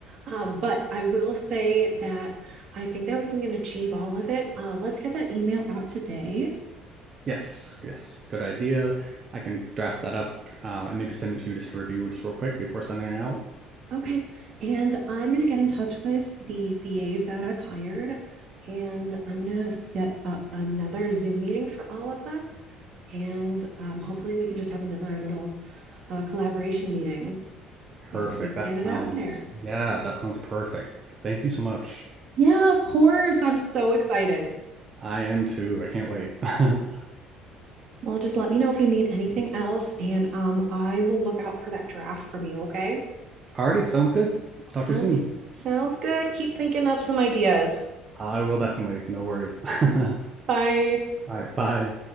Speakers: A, on the right; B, on the right.
A: Um, but I will say that I think that we can achieve all of it. Uh, let's get that email out today.
B: yes, yes, good idea. I can draft that up um, and maybe send it to you just to review just real quick before sending it out.
A: Okay. And I'm going to get in touch with the BAs that I've hired and I'm going to set up another Zoom meeting for all of us. And um, hopefully, we can just have another little uh, collaboration meeting
B: Perfect.
A: before we
B: That
A: get
B: sounds,
A: it out there.
B: yeah, that sounds perfect. Thank you so much.
A: Yeah, of course. I'm so excited.
B: I am too. I can't wait. <laughs>
A: Well, just let me know if you need anything else, and um, I will look out for that draft from you, okay?
B: Alrighty, sounds good. I'll talk to
A: Okay.
B: you soon.
A: Sounds good. Keep thinking up some ideas.
B: I will definitely. No worries. <laughs>
A: <laughs>
B: All
A: Bye.
B: right, bye.